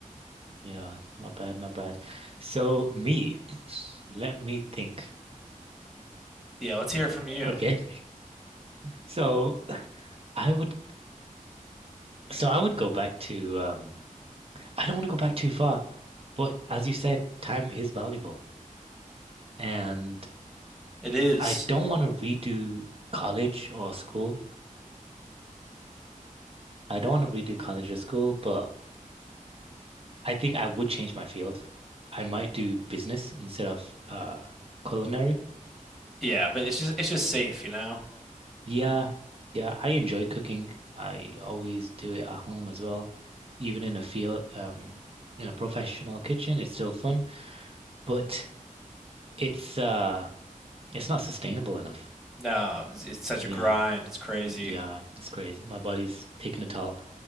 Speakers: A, on the right; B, in the centre.
A: Yeah, not bad, not bad. So me, let me think.
B: Yeah, let's hear it from you.
A: Okay. <laughs> So I would so I would go back to um I don't want to go back too far, but as you said, time is valuable. And
B: It is,
A: I don't want to redo college or school. I don't want to redo college or school, but I think I would change my field. I might do business instead of uh culinary.
B: yeah, but
A: Uh,
B: it's just it's just safe, you know.
A: yeah, yeah, I enjoy cooking. I always do it at home as well. Even in a field, um, in a professional kitchen, it's still fun, but it's uh it's not sustainable enough.
B: No, it's, it's such
A: Yeah,
B: a grind. It's crazy.
A: yeah, it's crazy. My body's taking a toll.